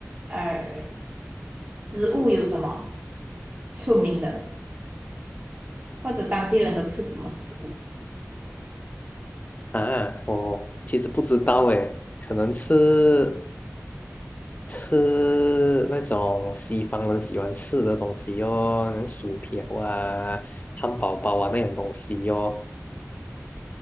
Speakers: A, on the right; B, on the left.
A: 呃，食物有什么出名的，或者当地人都吃什么食物？
B: 啊，我其实不知道诶，可能吃吃那种西方人喜欢吃的东西哦，那种薯条啊、汉堡包啊那种东西哦。